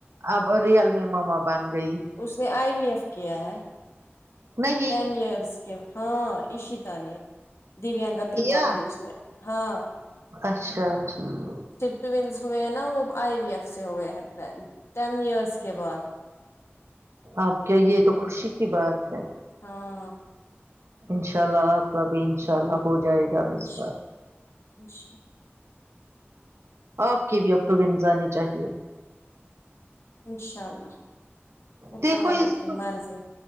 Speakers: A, on the right (about 85°); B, on the left (about 80°).
A: اب رئل میں ماما بن گئی
B: اس نے آئی وی ایف کیا ہے
A: نہیں
B: ٹین ایئرس ہاں عشتا نے دویانکا ترپاٹھی
A: کیا
B: اس سے ہاں
A: اچھا ٹھیک
B: ٹینس ہوئے ہیں نا وہ آئی وی ایف سے ہوئے ہیں ٹین ایئرس کے بعد
A: آپ کیے یہ تو خوشی کی بات ہے
B: ہاں
A: انشاء اللہ آپ کا بھی انشاء اللہ ہو جائے گا اب
B: اچ
A: اس بار
B: اچھا
A: آپ کی بھی اب ٹونس انی چاہیے
B: انشاء اللہ اوپر
A: دیکھو
B: والے
A: اس
B: کی
A: کو
B: مرضی